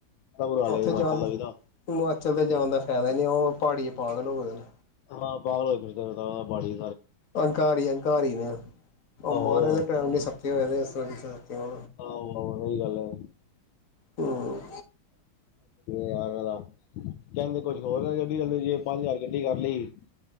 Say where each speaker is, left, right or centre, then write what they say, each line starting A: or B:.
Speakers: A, on the left (about 75°); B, on the left (about 50°).
A: ਬੜਾ ਬੁਰਾ ਹਾਲ
B: ਉੱਥੇ
A: ਹੈ ਹਿਮਾਚਲ
B: ਜਾਣ
A: ਦਾ ਵੀ ਨਾ
B: ਹਿਮਾਚਲ ਦੇ ਜਾਣ ਦਾ ਫਾਇਦਾ ਹੀ ਨਹੀਂ, ਪਹਾੜੀ ਪਾਗਲ ਹੋਏ ਨੇ।
A: ਹਾਂ ਪਾਗਲ ਹੋਏ ਫਿਰਦੇ ਬਾੜੀ
B: ਅੰਹਕਾਰੀ -ਅੰਹਕਾਰੀ ਨੇ
A: ਆਹੋ
B: ਮਾਰੇ ਟਾਈਮ ਨੀ ਸ ਹੋਏ ਸ ਹੋ,
A: ਆਹੋ ਆਹੋ ਸਹੀ ਗੱਲ ਹੈ
B: ਹੂੰ
A: ਯਾਰ ਕਹਿੰਦੇ ਕੁ ਹੋਰ ਗੱਡੀ ਜਾਂਦੇ ਜੇ ਪੰਜ- ਹਜ਼ਾਰ ਗੱਡੀ ਕਰ ਲਈ।